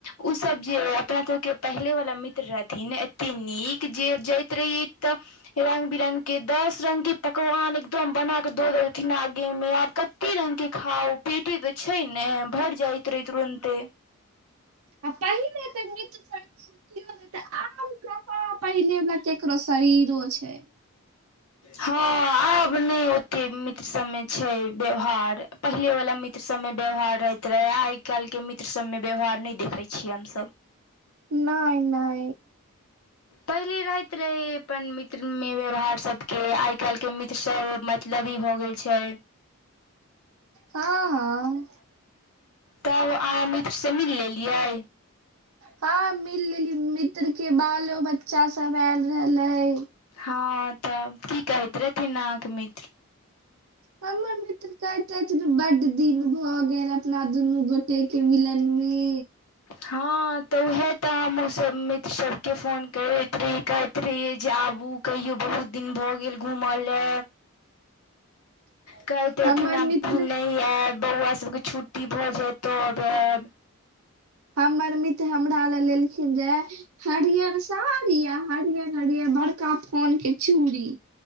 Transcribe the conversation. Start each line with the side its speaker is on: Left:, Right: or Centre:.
Left: उ सब जे अपना सबके पहले बला मित्र रहथिन एते नीक जे जाएत रहिए तऽ रंग-बिरंग के दस रंग के पकवान एकदम बना के दै रहथिन आ ग गे मे आब कत्ते रंग के खाउ पेटे ते छै नै भैर जाएत रहय तुरन्ते
Right: आ पहिले तै मित्र सबके फूरतियौ रहय तै आब कहां पहिलै बला कियाकि ककरो शरीरो छै।
Left: हां आब नै ओतय मित्र सबमें छै व्यवहार पहिले बला मित्र सबमें व्यवहार रहैत रहय, आए काएल के मित्र सबमें व्यवहार नै देखय छियै हम सब।
Right: नै-नै।
Left: पहिले रहैत रहै अपन मित्र मे व्यवहार सबके आइ काएल के मित्र सब म तलबी भऽ गेल छै।
Right: हां-हां।
Left: तब अहाँ मित्र से मिल लेलियै?
Right: हां मिईल लेलिए मित्र के बालो बच्चा सब ऐल रहय लहय
Left: हां तब की कहैत रहथिन अहाँके मित्र
Right: हमर मित्र कहेत रहय छलै बड दिन भऽ गेल अपना दुनू गोटे के मिलन मे।
Left: हां तऽ उहै तै हम्हूँ सब मित्र सबके फोन करैत रही कहैत रहियै जे आबू। कहियो बहुत दिन भऽ गेल घूमा लै
Right: <inaudible>
Left: कहैत रहथिन
Right: हमर
Left: हम
Right: मित्र
Left: <inaudible> नै ऐब बौआ सबके छुट्टी भै जाएत तब ऐब।
Right: हमर मित्र हमरा लै लेलखिन्ह रहय हरिहर साड़ी आ हरिहर-हरिहर बड़का फान के चूड़ी